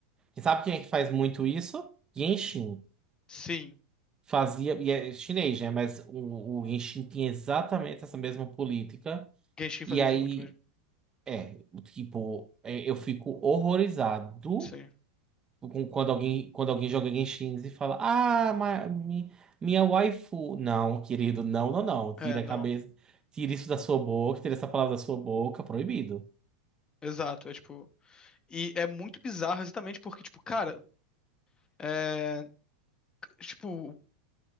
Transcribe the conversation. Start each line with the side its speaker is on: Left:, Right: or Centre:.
Right: E sabe quem é que faz muito isso? Genshin.
Left: Sim.
Right: Fazia, e é chinês, né? Mas o, o Genshin tinha exatamente essa mesma política.
Left: Genshin
Right: E
Left: faz isso
Right: aí,
Left: muito mesmo.
Right: é, tipo, é, eu fico horrorizado
Left: Sim.
Right: com- quando alguém, quando alguém joga Genshin e fala: Ah, ma- mi- minha waifu. Não, querido, não, não, não.
Left: É,
Right: Tira
Left: não.
Right: a cabeça, tira isso da sua boca, tira essa palavra da sua boca, proibido.
Left: Exato. É tipo. E é muito bizarro exatamente porque, tipo, cara. É. Tipo.